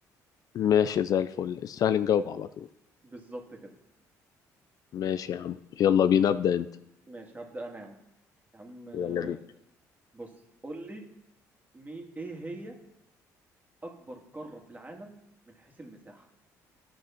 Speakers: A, on the left; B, on the right.
A: ماشي زي الفل السهل نجاوب على طول
B: بالظبط كده
A: ماشي يا عم يلا
B: ماشي
A: بينا ابدأ انت
B: ماشي هبدا انا يا عم يا عم آه،
A: يلا بينا
B: بص قول لي مي ايه هي اكبر قارة في العالم من حيث المساحة